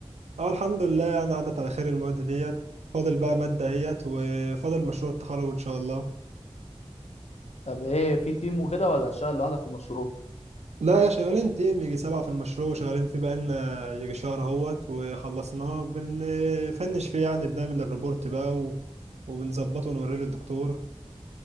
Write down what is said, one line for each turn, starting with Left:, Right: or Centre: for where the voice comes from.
Right: اه الحمد لله يعني عدت على خير المواد ديت فاضل بقى مادة اهيت وفاضل مشروع التخرج ان شاء الله
Left: طب ايه في تيم وكده ولا تشتغل لوحدك في المشروع
Right: لا يا شغالين تيم يجي سبعة في المشروع وشغالين فيه بقالنا يجي شهر اهوت وخلصناه بنفنش فيه يعني بنعمل الريبورت بقى و... وبنظبطه ونوريه للدكتور